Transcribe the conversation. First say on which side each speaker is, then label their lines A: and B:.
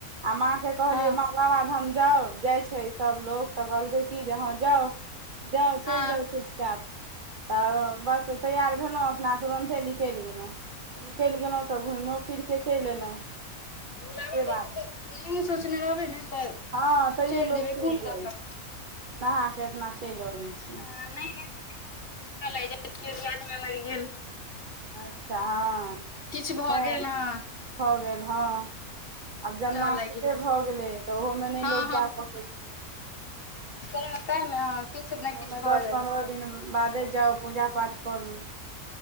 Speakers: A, on the right; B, on the left.
A: आ माँ के कहलियै
B: हँ
A: माँ बाबाधाम जाउ जाइ छै सभलोग त कहलकै की जे हँ जाउ जाउ
B: हँ
A: चैल जाउ चुपचाप तऽ बस तैयार भेलहुँ अपनासँ तुरंत निकलि गेलहुँ तऽ निकलि गेलहुँ तऽ घुमो फिर कऽ चलि एयलहुँ
B: बुलाबा
A: से
B: रहै
A: बात
B: छै तऽ
A: छै
B: नहियो सोचने रहबै ने तऽ
A: हँ तैयो लोक
B: जेबै
A: चलि
B: कोन
A: जाइ
B: दऽ कऽ
A: छै नहा के अपना चलि अबैत छै
B: नहि जाइ छै। <unintelligible> जाइत कियो दियाद मऽ मरि गेल
A: अच्छा हँ
B: किछु भऽ
A: नहि
B: गेल हँ
A: भऽ गेल हँ आब जनमा
B: तऽ लागि
A: सुूते
B: गेल किछु
A: भऽ गेलै तऽ ओहोमे नहि
B: हँ
A: लोके जा सकै छी
B: त ते ने हँ किछु ने
A: ओहोमे
B: किछु
A: दस
B: भऽ जाइ
A: पन्द्रह
B: छै
A: दिन बादे जाउ पूजा पाठ करू